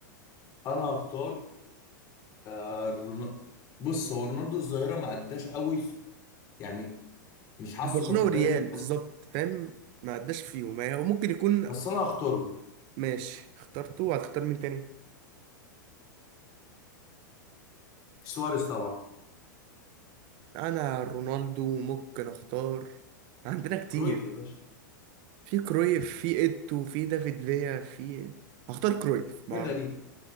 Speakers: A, on the left (about 35°); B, on the right (about 50°).
A: انا هختار آه، رون- بص هو رونالدو الظاهرة ما اداش قوي في يعني مش حاسه
B: برشلونة
A: كان في الدوري
B: والريال
A: الاسباني
B: بالظبط فاهم ما عداش فيهم هي- وممكن يكون
A: بس انا هختاره
B: ماشي اخترته هتختار مين تاني
A: سواريز طبعا
B: انا رونالدو ممكن اختار عندنا كتير
A: كرويف يا باشا
B: في كرويف في ايتو في دافيد فيا في هختار كرويف مع
A: هنا
B: أرنولد.
A: دي